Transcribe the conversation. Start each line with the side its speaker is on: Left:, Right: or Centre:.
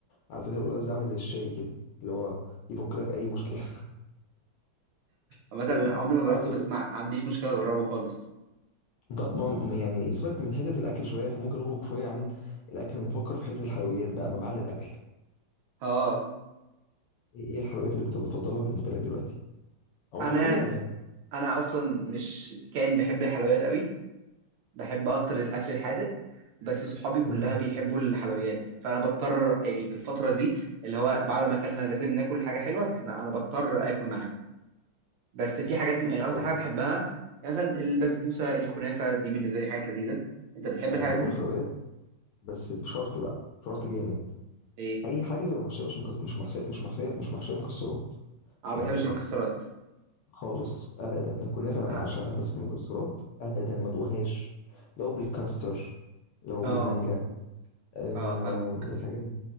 Left: على فكرة القلقاس ده عامل زي الشاي كده اللي هو يفك لك اي مشكلة <laughs>
Right: عامه
Left: اللي هو
Right: عمري ما جربته
Left: عندك
Right: بس ما عنديش مشكله اجربه خالص
Left: طب ما يعني سيبك من حتة الاكل شوية احنا ممكن نخرج شوية عن الاكل ونفكر في حتة الحلويات بقى ما بعد الاكل
Right: اه
Left: ايه إيه الحلويات اللي بت- بتفضلها بالنسبة لك دلوقتي او
Right: انا
Left: في العموم يعني
Right: انا اصلا مش كائن بحب الحلويات قوي بحب اكتر الاكل الحادق بس صحابي كلها
Left: امم
Right: بيحبوا الحلويات فانا بضطر يعني في الفتره دي اللي هو بعد ما اكلنا لازم ناكل حاجه حلوه فاحنا انا بضطر اكل معاهم بس في حاجات يعني اكتر
Left: طيب
Right: حاجه بحبها يعني مثلا البسبوسه الكنافه دي بالنسبه لي حاجات لذيذه انت بتحب
Left: انا
Right: الحاجات
Left: باكل
Right: دي
Left: الحلويات بس بشرط بقى بشرط جامد
Right: ايه
Left: اي حاجه تبقى محشيه مش مكس... مش محشيه مش محشيه مش محشيه مكسرات
Right: اه ما
Left: يعني
Right: بتحبش المكسرات
Left: خالص ابدا الكنافه انا
Right: انا
Left: بعشقها بس بالمكسرات ابدا ما ادوقهاش لو بالكاستر لو
Right: اه
Left: بالمانجا آه...
Right: اه فاهمك
Left: الحاجات دي